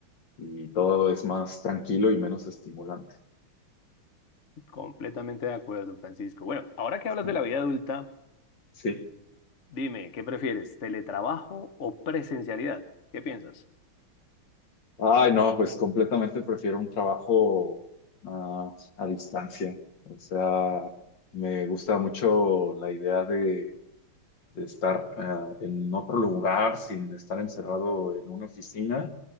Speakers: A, on the left (about 60°); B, on the left (about 40°).
A: y todo es más tranquilo y menos estimulante.
B: Completamente de acuerdo, Francisco. Bueno, ahora que hablas
A: Sí.
B: de la vida adulta,
A: Sí.
B: Dime, ¿qué prefieres? ¿Teletrabajo o presencialidad? ¿Qué piensas?
A: Ay, no, pues completamente prefiero un trabajo ah, a distancia. O sea, me gusta mucho la idea de de estar ah, en otro lugar sin estar encerrado en una oficina.